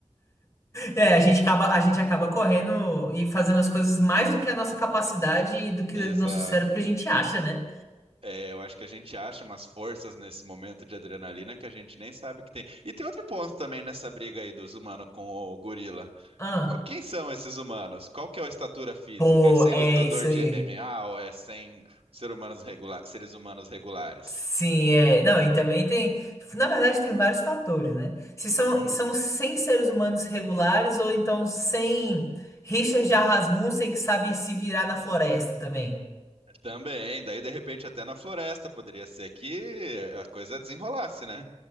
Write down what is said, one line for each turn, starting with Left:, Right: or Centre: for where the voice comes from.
Left: É, a gente acaba, a gente acaba correndo e fazendo as coisas mais do que a nossa capacidade e do que
Right: Exato.
Left: o nosso cérebro que a gente acha, né?
Right: É, eu acho que a gente acha umas forças nesse momento de adrenalina que a gente nem sabe que tem. E tem outro ponto também nessa briga aí dos humanos com o gorila.
Left: Ah,
Right: Qu- Quem são esses humanos? Qual que é a estatura física?
Left: pô,
Right: É sem
Left: é
Right: lutador
Left: isso aí.
Right: de MMA ou é sem ser humanos regula- seres humanos regulares?
Left: Sim, é. Não, e também tem. Na verdade, tem vários fatores, né? Se são, são 100 seres humanos regulares ou então 100 Richard Rasmussen que sabe se virar na floresta também.
Right: Também, daí de repente até na floresta poderia ser que a coisa desenrolasse, né?